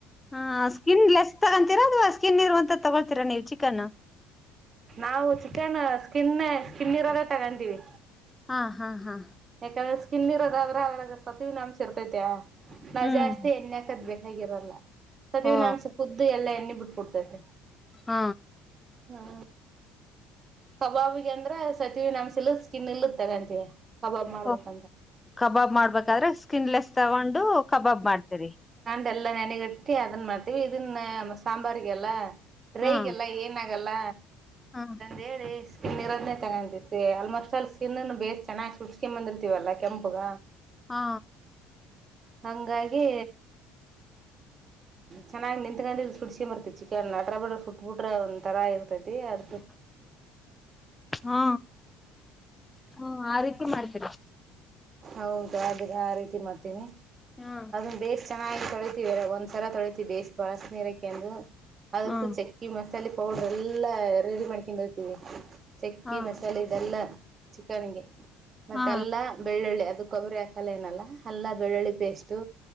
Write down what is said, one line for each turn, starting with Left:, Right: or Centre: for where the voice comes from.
Left: ಹ ಸ್ಕಿನ್ ಲೆಸ್ ತಗೊಂತೀರಾ ಅಥವಾ ಸ್ಕಿನ್ ಇರುವನ್ತದು ಅಂತ ತಗೊಳ್ತೀರಾ ನೀವು ಚಿಕ್ಕ ಕನ್ನ
Right: ನಾವು ಚಿಕನ್ ಸ್ಕಿನ್ ಸ್ಕಿನ್ ಇರೋದ ತಗಂತೀವಿ
Left: ಹಾ ಹಾ ಹಾ
Right: ಯಾಕಂದ್ರ ಸ್ಕಿನ್ ಇರೋದ ಆದ್ರ ಅದರಾಗ ಸತುವಿನ ಅಂಶ ಇರ್ತೈತ್ಯಾ ನಾ
Left: ಹ್ಮ್
Right: ಜಾಸ್ತಿ ಎಣ್ಣಿ ಹಾಕದ್ಬೇ ಹೇಗಿರಲ್ಲ ಸತವಿನಂಶ
Left: ಓ
Right: ಕುದ್ದು ಎಲ್ಲ ಎನ್ನಿ ಬಿಟ್ಟು ಕೊಡ್ತತೆ
Left: ಆ
Right: ಹಾ ಕಬಾಬಗೆ ಅಂದ್ರ ಸತವಿನಮ್ಶಾ ಇಲ್ಲದ ಸ್ಕಿನ್ ಇಲ್ಲದ ತಗಂತೀವಿ ಕಬಾಬ್ ಮಾಡ್ಬೇಕಂದ್ರ
Left: ಓ ಕಬಾಬ್ ಮಾಡ್ಬೇಕಾದ್ರೆ ಸ್ಕಿನ್ಲೆಸ್ ತಗೊಂಡು ಕಬಾಬ್ ಮಾಡ್ತೀರಿ
Right: ದೆಲ್ಲ ನೆನೆಗಟ್ಟಿ ಅದನ್ ಮಾಡ್ತೀವಿ ಇದನ್ನ ಸಾಂಬಾರಿಗೆಲ್ಲ ಡ್ರೈಗೆಲ್ಲ
Left: ಹ್ಮ್
Right: ಏನ ಎಲ್ಲ
Left: ಹಾ
Right: ಹೇಳಿ ಸ್ಕಿನ್ ಇರೋದನ್ನೇ ತಗಂತಿವೀ ಆಲ್ಮೋಸ್ಟ್ ಆಲ್ ಸ್ಕಿನನ ಬೇ ಚೆನ್ನಾಗಿ್ ಸುಳಸ್ಗೆಂದ ಬಂದಿರ್ತತಿವಲ್ಲ ಕೆಂಪುಗ
Left: ಹಾ
Right: ಹಂಗಾಗಿ ಚೆನ್ನಾಗಿ ನಿತ್ಕೊಂಡ ಸುಡ್ಸಕ ಬರ್ತತಿ ಚಿಕನ್ ಅಟ್ರ ಬಿಡ್ರ ಸುಟ್ಬ ಬಿಟ್ರ ಒ ತರಾ ಇರ್ತತಿ ಅದ
Left: ಹಾ ಹಾ ಆ ರೀತಿ
Right: ಹ್ಮ
Left: ಮಾಡ್ತೀರಿ
Right: ಹೌದು ಅ ಆ ರೀತಿ ಮಾಡ್ತೀನಿ
Left: ಹಾ
Right: ಅದನ್ನ ಬೇ್ ಚೆನ್ನಾಗ ಒಂದ್ಸಲ ತೊಳತಿಷ್ಟ ಬಳಸ ನೀರಕ್ಕೆಂದು ಅದಕ್ಕೆ
Left: ಹಾ
Right: ಚಕ್ಕಿ ಮಸಾಲ ಚಲ್ಲಿ ಪೌಡ್ರ ಎಲ್ಲ ರೆಡಿ ಮಾಡ್ಕಂಡ ಹೋಗ್ತೀವಿ ಚಕ್ಕಿ
Left: ಹಾ
Right: ಮಸಾಲೆ ಇದೆಲ್ಲ ಚಕ್ಕನಗೆ ಮತ್ತೆಲ್ಲ
Left: ಹಾ
Right: ಎಳ್ಳಳ್ಳಿ ಅದು ಕೊಬ್ಬರಿ ಹಕಲ್ಲ ಏನಲ್ಲ ಹಲ್ಲ ಬೆಳ್ಳುಳ್ಳಿ ಪೇಸ್ಟು